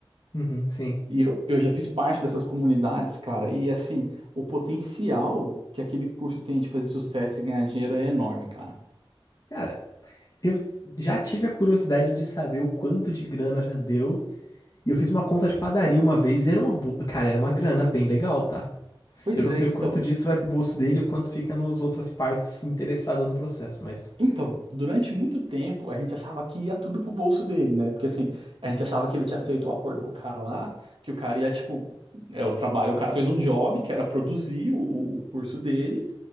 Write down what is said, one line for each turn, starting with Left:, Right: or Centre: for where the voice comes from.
Left: uhum, sim.
Right: E eu, eu já fiz parte dessas comunidades, cara, e assim, o potencial que aquele curso tem de fazer sucesso e ganhar dinheiro é enorme, cara.
Left: Cara, eu já tive a curiosidade de saber o quanto de grana já deu. E eu fiz uma conta de padaria uma vez e era uma boa. Cara, era uma grana bem legal, tá?
Right: Pois
Left: Eu não
Right: é,
Left: sei
Right: então.
Left: o quanto disso vai pro bolso dele e o quanto fica nas outras partes interessadas no processo, mas.
Right: Então, durante muito tempo, a gente achava que ia tudo pro bolso dele, né? Porque assim, a gente achava que ele tinha feito o acordo com o cara lá, que o cara ia, tipo, é o trabalho, o cara fez um job, que era produzir o, o curso dele,